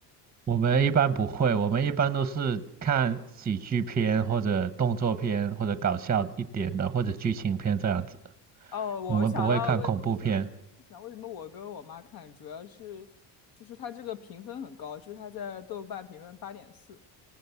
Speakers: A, on the right; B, on the left.
A: 我们一般不会，我们一般都是看喜剧片或者动作片或者搞笑一点的或者剧情片这样子，
B: 哦，我想到了，
A: 我们不会看恐怖片。
B: 为我想到我想为什么我跟我妈看，主要是就是它这个评分很高，就是它在豆瓣评分八点四，